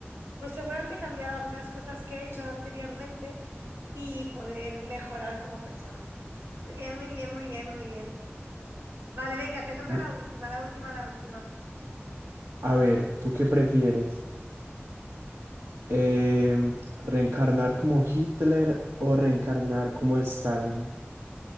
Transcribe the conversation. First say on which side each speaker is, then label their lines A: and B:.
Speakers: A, on the right; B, on the right.
A: pues seguramente cambiar algunas cosas que he hecho anteriormente y poder mejorar como persona. Muy bien, muy bien, muy bien, muy bien. Vale, venga, te toca
B: N-
A: la última, la última, la última.
B: A ver, ¿tú qué prefieres? Em, ¿reencarnar como Hitler o reencarnar como Stalin?